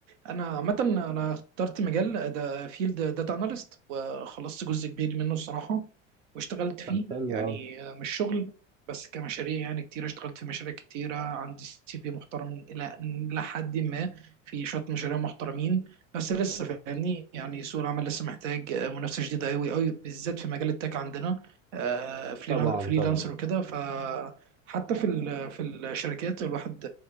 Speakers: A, on the right; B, on the right.
A: انا عامه انا اخترت مجال ده فيلد داتا اناليست وخلصت جزء كبير منه الصراحه واشتغلت فيه
B: طب حلو
A: يعني
B: قوي
A: مش شغل بس كمشاريع يعني كتير اشتغلت في مشاريع كتيرة عندي سي في محترم إلى إلى حد ما في شوية مشاريع محترمين بس لسه فاهمني يعني سوق العمل لسه محتاج منافسة شديدة أوي أوي بالذات في مجال التك عندنا آه،
B: طبعا
A: فريلانسر
B: طبعا
A: وكده فحتى في ال- في الشركات الواحد